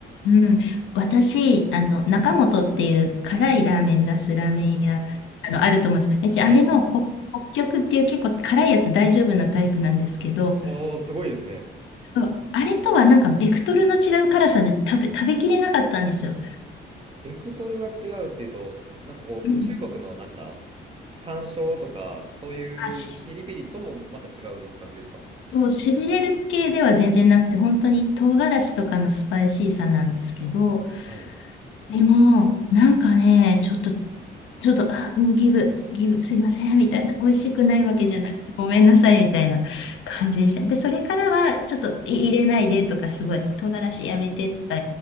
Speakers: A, on the left; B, on the right.
A: うん、私、あの、中本っていう辛いラーメン出すラーメン屋、あの、あると思うんです。私、
B: はい。
A: あれの北、北極っていう結構辛いやつ大丈夫なタイプなんですけど、
B: おー、すごいですね。
A: そう、あれとはなんかベクトルの違う辛さで食べ、食べきれなかったんですよ。
B: ベクトルが違うっていうと、なんかこう、
A: うん。
B: 中国のなんだ山椒とか、そういうピリピリともまた違う感じですか
A: あ、しそう、しびれる系では全然なくて、本当に唐辛子とかのスパイシーさなんですけど、
B: はい。
A: でも、なんかね、ちょっとちょっと、あ、もうギブ、ギブ、すいません、みたいな、美味しくないわけじゃなくて、ごめんなさい、みたいな感じでした。で、それからは、ちょっとい入れないでとか、すごい、唐辛子やめてとか、
B: はい